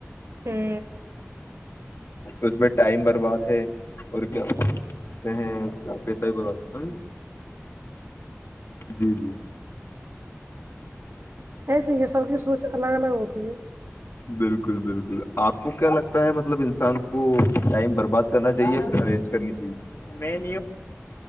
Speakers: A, on the right (about 60°); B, on the left (about 60°).
A: ہ
B: اس پہ ٹائم برباد ہے اور کیاتے ہیں اس کا پیسہ بھی برباد جی جی
A: ایسے ہی یہ سب کی سوچ الگ الگ ہوتی ہے
B: بالکل بالکل آپ کو کیا لگتا ہے مطلب انسان کو ٹائم برباد کرنا چاہیے یا پھر ارینج کرنی چاہیے